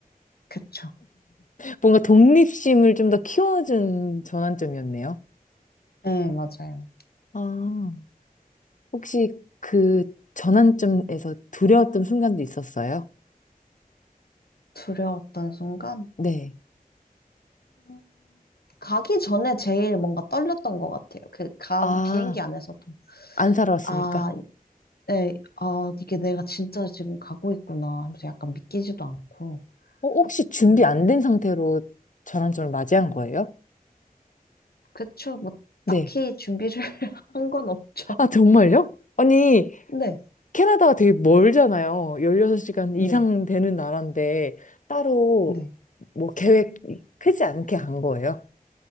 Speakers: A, on the left; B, on the left.
A: 그쵸.
B: 뭔가 독립심을 좀 더 키워준 전환점이었네요.
A: 네, 맞아요.
B: 아, 혹시 그 전환점에서 두려웠던 순간도 있었어요?
A: 두려웠던 순간?
B: 네.
A: 음, 가기 전에 제일 뭔가 떨렸던 것 같아요. 그, 간
B: 아,
A: 비행기 안에서도.
B: 안 살아왔으니까.
A: 아, 네, 아, 이게 내가 진짜 지금 가고 있구나 하면서 약간 믿기지도 않고.
B: 어, 혹시 준비
A: 좀,
B: 안 된 상태로 전환점을 맞이한 거예요?
A: 그쵸. 뭐,
B: 네.
A: 딱히 준비를 <laughs> 한 건 없죠.
B: 아, 정말요? 아니,
A: 네,
B: 캐나다가 되게 멀잖아요. 16시간
A: 네,
B: 이상 되는 나라인데, 따로
A: 네.
B: 뭐 계획 크지 않게 간 거예요?